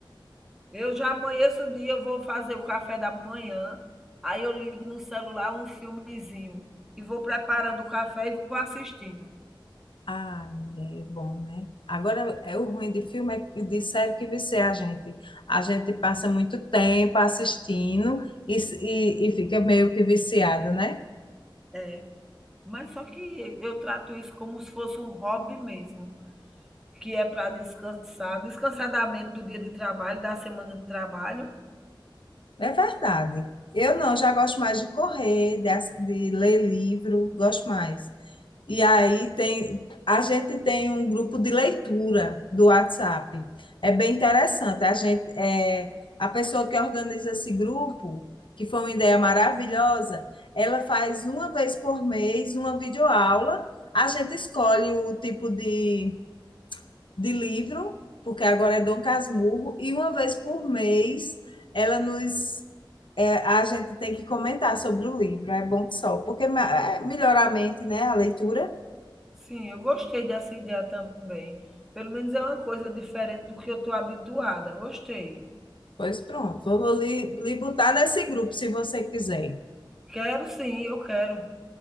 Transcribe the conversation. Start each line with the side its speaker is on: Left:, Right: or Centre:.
Centre: Eu já amanheço o dia, eu vou fazer o café da manhã, aí eu ligo no celular um filmezinho e vou preparando o café e vou assistindo.
Left: Ah, é bom, né? Agora, é o ruim de filme, é, de série que vicia a gente. A gente passa muito tempo assistindo e, s- e, e fica meio que viciado, né?
Centre: É, mas só que eu trato isso como se fosse um hobby mesmo, que é para descansar, descansar da mente do dia de trabalho, da semana de trabalho.
Left: É verdade. Eu não, já gosto mais de correr, de, ass- de ler livro, gosto mais. E aí tem, a gente tem um grupo de leitura do WhatsApp. É bem interessante. A gente, é, a pessoa que organiza esse grupo, que foi uma ideia maravilhosa, ela faz uma vez por mês uma videoaula. A gente escolhe o tipo de, de livro, porque agora é Dom Casmurro, e uma vez por mês ela nos é, a gente tem que comentar sobre o livro. É bom que só, porque é, melhora a mente, né? A leitura
Centre: Sim, eu gostei dessa ideia também. Pelo menos é uma coisa diferente do que eu estou habituada. Gostei.
Left: Pois pronto, vou lhe, lhe botar nesse grupo se você quiser.
Centre: Quero sim, eu quero.